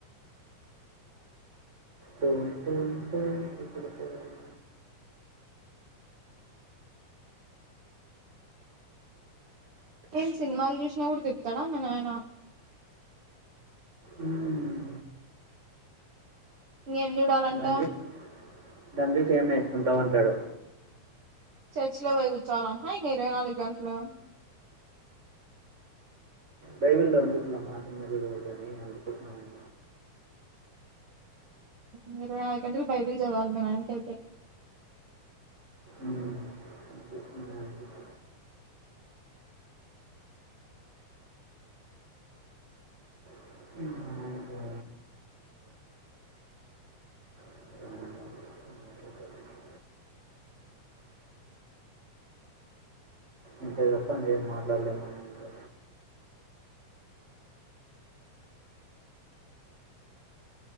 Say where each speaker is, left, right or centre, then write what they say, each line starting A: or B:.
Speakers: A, on the right; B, on the right.
A: తోం తోం తోం తుత్తురతోమ్
B: ఏం సినిమాలు జూషినా గుడా తిడ్తాడ మీ నాయన
A: ఊమ్
B: ఇంకేం చూడాలంట
A: దాన్ జూస్ దాన్ జూసి ఏం నేర్చుకుంటావ్ అంటాడు
B: చర్చి లో బొయ్ గుచ్చోలంటన ఇంగ ఇరవై నాలుగు గంట్లు
A: బైబిల్ <unintelligible>
B: ఇంగ ఇరవై నాలుగు గంటలు బైబిల్ జదవాలి మీ నాయనకైతే
A: ఊమ్ అది <unintelligible> <unintelligible> అనుకుంటా అంతే దప్ప ఇంగేం మాట్లాడలేమ్ మా నాయనతో